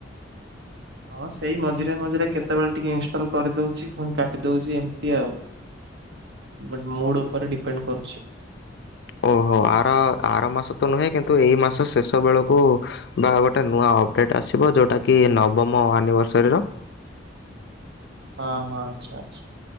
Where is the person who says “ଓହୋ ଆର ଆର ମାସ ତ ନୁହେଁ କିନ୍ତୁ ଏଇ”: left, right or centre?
Left